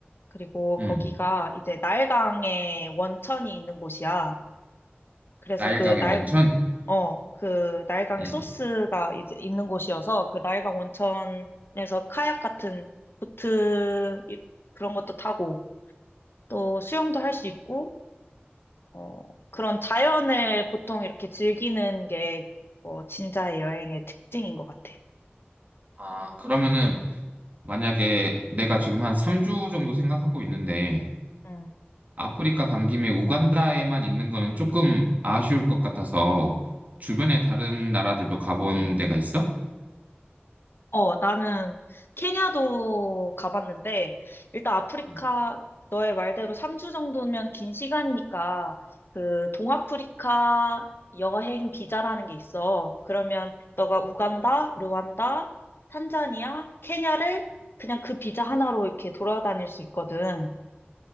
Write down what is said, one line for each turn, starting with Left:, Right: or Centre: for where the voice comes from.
Left: 그리고
Right: 응.
Left: 거기가 이제 나일강의 원천이 있는 곳이야. 그래서
Right: 나일강의
Left: 그 날,
Right: 원천?
Left: 어, 그 나일강의
Right: 응.
Left: 소스가 이제 있는 곳이어서 그 나일강 원천에서 카약 같은 보트 이- 그런 것도 타고 또 수영도 할 수 있고 어, 그런 자연을 보통 이렇게 즐기는 게 어, 진짜의 여행의 특징인 것 같아.
Right: 아, 그러면은 만약에 내가 지금 한 3주 정도 생각하고 있는데
Left: 음.
Right: 아프리카 간 김에 우간다에만 있는 거는 조금 아쉬울 것 같아서 주변에 다른 나라들도 가본 데가 있어?
Left: 어, 나는 케냐도 가봤는데, 일단 아프리카,
Right: 응.
Left: 너의 말대로 3주 정도면 긴 시간이니까, 그, 동아프리카 여행 비자라는 게 있어. 그러면 너가 우간다, 르완다, 탄자니아, 케냐를 그냥 그 비자 하나로 이렇게 돌아다닐 수 있거든.